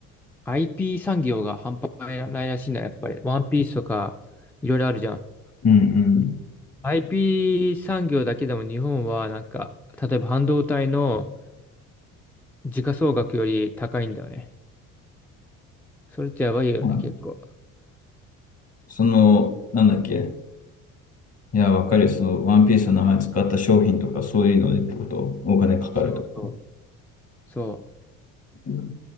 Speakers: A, in the centre; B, on the left.
A: IP 産業が半端ないらしいんだ、やっぱり。ワンピースとか、いろいろあるじゃん。
B: う。うんうん。
A: IP 産業だけでも日本はなんか、例えば半導体の時価総額より高いんだよね。それってやばいよね、
B: はい
A: 結構。
B: その、なんだっけ。いや、わかるよ。その、ワンピースの名前使った商品とか、そういうのでってこと。お金かかるってこと。
A: そうそうそう。
B: うん。